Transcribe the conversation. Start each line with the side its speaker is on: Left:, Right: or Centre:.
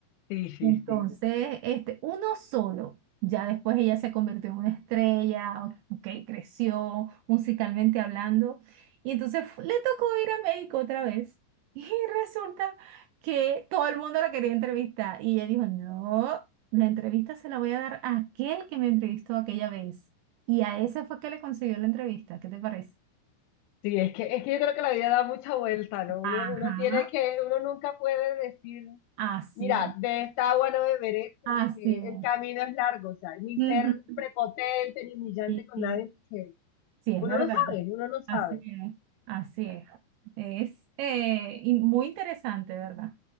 Left: Sí, sí,
Right: Entonces,
Left: sí.
Right: este, uno solo. Ya después ella se convirtió en una estrella, ok, creció musicalmente hablando. Y entonces fu- le tocó ir a México otra vez. Y resulta que todo el mundo la quería entrevistar. Y ella dijo, no, la entrevista se la voy a dar a aquel que me entrevistó aquella vez. Y a ese fue que le consiguió la entrevista. ¿Qué te parece?
Left: Sí, es que, es que yo creo que la vida da mucha vuelta, ¿no?
Right: Ajá,
Left: Uno, uno tiene que, uno nunca puede decir
Right: así
Left: mira,
Right: es,
Left: de esta agua no beberé porque
Right: así es.
Left: el camino es largo, o sea, ni
Right: Ujú,
Left: ser prepotente ni humillante
Right: Y,
Left: con
Right: y
Left: nadie, porque
Right: sí, es
Left: uno
Right: verdad,
Left: no sabe, uno no sabe.
Right: así es, así es. Es eh, in- muy interesante, ¿verdad?